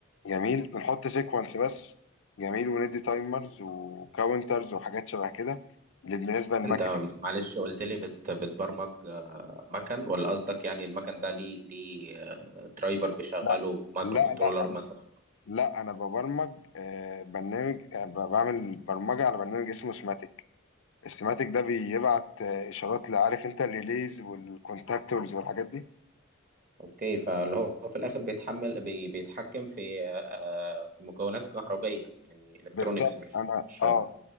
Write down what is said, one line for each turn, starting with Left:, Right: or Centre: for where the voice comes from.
Left: جميل بنحط سيكونس بس جميل وندي تايمرز وكاونترز وحاجات شبه كده بالنسبه للمكنه
Right: انت معلش قلت لي بت بتبرمج آه، مكن ولا قصدك يعني المكن ده ليه ليه آه، درايفر بيشغله
Left: لا
Right: مايكرو كنترولر
Left: لا
Right: مثلا
Left: لا انا ببرمج آه، برنامج آه، ب- بعمل برمجه على برنامج اسمه سماتيك السماتيك ده بيبعت آه، اشارات لعارف انت الريليز والكونتاكتورز والحاجات دي
Right: اوكي فاللي هو في الاخر بيتحمل بي بيتحكم في آه، في مكونات كهربائيه يعني الكترونيكس
Left: بالظبط
Right: مش
Left: انا
Right: مش-
Left: اه